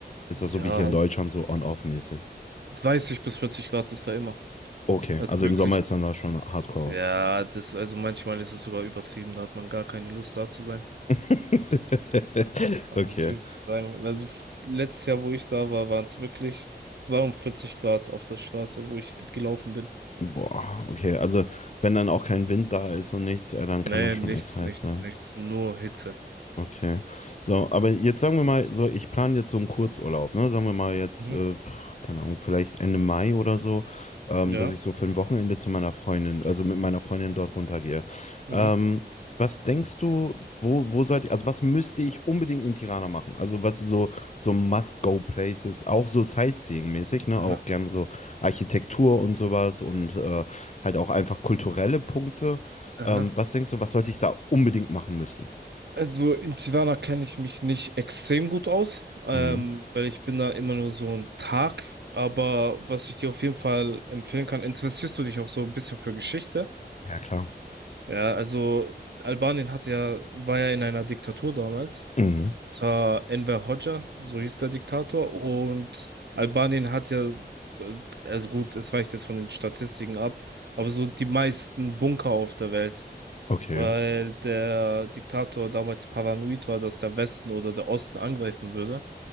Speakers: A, on the left; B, on the right.
A: ist das so
B: Ja,
A: wie hier in Deutschland so on-off-mäßig?
B: 30 bis 40 Grad ist da immer.
A: Okay,
B: Also
A: also
B: wirklich.
A: im Sommer ist dann da schon Hardcore.
B: Ja, das, also manchmal ist es sogar übertrieben, da hat man gar keine Lust da zu sein.
A: <laughs>
B: Da
A: Okay.
B: muss ich wirklich sagen. Also f- letztes Jahr, wo ich da war, waren es wirklich 42 Grad auf der Straße, wo ich g- gelaufen bin.
A: Boah, okay. Also wenn dann auch kein Wind da ist und nichts, äh, dann
B: Nee,
A: kann das schon
B: nichts,
A: echt heiß
B: nichts,
A: sein.
B: nichts. Nur Hitze.
A: Okay. So, aber jetzt sagen wir mal, so, ich plane jetzt so einen Kurzurlaub, ne? Sagen wir mal jetzt,
B: Mhm.
A: äh, keine Ahnung, vielleicht Ende Mai oder so, ähm,
B: Ja.
A: dass ich so für ein Wochenende zu meiner Freundin, also mit meiner Freundin dort runtergehe.
B: Mhm.
A: Ähm, was denkst du, wo, wo seid ihr, also was müsste ich unbedingt in Tirana machen? Also was so, so Must-Go-Places, auch so Sightseeing-mäßig, ne?
B: Aha,
A: Auch gerne so Architektur und sowas und äh, halt auch einfach kulturelle Punkte.
B: aha.
A: Ähm, was denkst du, was sollte ich da unbedingt machen müssen?
B: Also in Tirana kenne ich mich nicht extrem gut aus, ähm,
A: Mhm.
B: weil ich bin da immer nur so ein Tag. Aber was ich dir auf jeden Fall empfehlen kann, interessierst du dich auch so ein bisschen für Geschichte?
A: Ja, klar.
B: Ja, also Albanien hatte ja, war ja in einer Diktatur damals
A: Mhm.
B: unter Enver Hoxha, so hieß der Diktator, und Albanien hat ja, äh, also gut, es weicht jetzt von den Statistiken ab, aber so die meisten Bunker auf der Welt,
A: Okay,
B: Mhm. weil der Diktator damals paranoid war, dass der Westen oder der Osten angreifen würde.